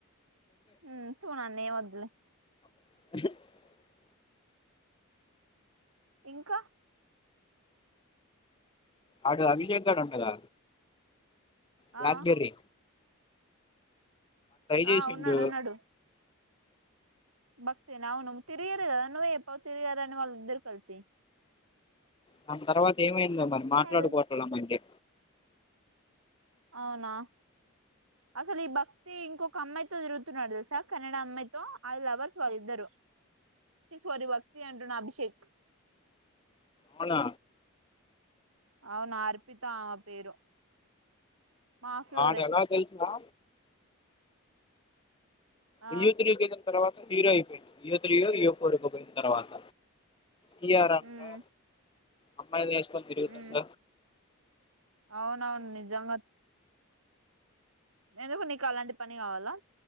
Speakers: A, on the right (about 80°); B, on the left (about 20°).
A: ఉమ్ తూ నన్నేమద్దులే.
B: <inaudible>
A: ఇంకా
B: అడు అభిషేక్ గాడు ఉండగా బ్లాక్
A: ఆ
B: జెర్రీ చేసిండు
A: ఆ ఉన్నాడు ఉన్నాడు. భక్తి న అవును తిరిగిరు గాద నువ్వె చెప్పావు తిరిగారని వాళ్ళిద్దరు కలిసి.
B: దాన్ తర్వాత ఏమైందో మరి మాట్లాడుకోవట్లే
A: హెల్
B: మంటే
A: అవునా అసలు ఈ భక్తి ఇంకొక అమ్మాయితో తిరుగుతున్నాడు తెలుసా కన్నడ అమ్మాయితో అల్ లవర్స్ వాళ్ళిద్దరు సి సోరి భక్తి అంటుంనా అభిషేక్
B: అవునా
A: అవున అర్పిత ఆమె పేరు మా ఫ్లోరే
B: ఆడెల తెల్స్నా
A: ఆ
B: ఇయో త్రీకి వెళ్ళిన తర్వాత హీరో అయిపోయిండు ఇయో త్రీ ఇయో ఫోర్కి పోయిన తర్వాత హియరంగా
A: ఉమ్
B: అమ్మాయిల్ని ఎసుకొని తిరుగుతుంట
A: ఉమ్ అవునవును నిజంగా ఎందుకు నీకు అలాంటి పని కావాలా